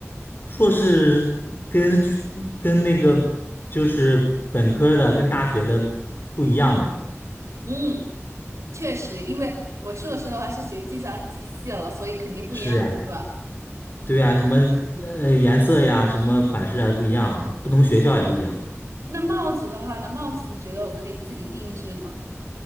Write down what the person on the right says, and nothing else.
嗯，确实，因为我硕士的话是学计算机系了，所以肯定不一样了是吧？
那帽子的话呢，帽子你觉得我可以自己定制吗？